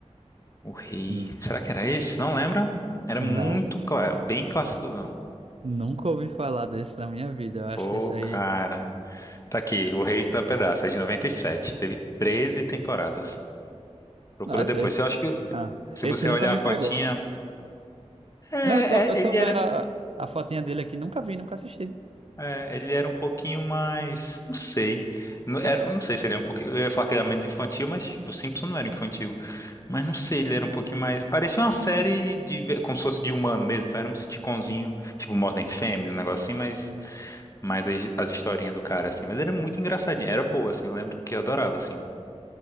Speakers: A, on the left; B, on the right.
A: O rei.
B: Hum.
A: Será que era esse? Não lembra? Era
B: Não,
A: muito claro, bem classicozão.
B: nunca ouvi falar desse na minha vida. Eu acho
A: Pô,
B: que esse aí.
A: cara. Tá aqui, O Rei da Pedaça, é de noventa e sete Teve 13 temporadas. Procura
B: Nossa,
A: depois.
B: esse,
A: Eu acho que
B: ah,
A: se
B: esse
A: você
B: nunca
A: olhar
B: me
A: a fotinha.
B: pegou.
A: É,
B: Não, eu tô, eu
A: é, ele
B: tô vendo
A: era.
B: a, a fotinha dele aqui, nunca vi, nunca assisti.
A: É, ele era um pouquinho mais, não sei, não, era, eu não sei se ele era um pouquinho, eu ia falar que ele era menos infantil, mas tipo, Simpson não era infantil, mas não sei, ele era um pouquinho mais, parecia uma série de, ve- como se fosse de humano mesmo, então era um sitcomzinho, tipo Modern Family, um negócio assim, mas, mas as, as historinhas do cara assim, mas era muito engraçadinho, era boa assim, eu lembro que eu adorava assim,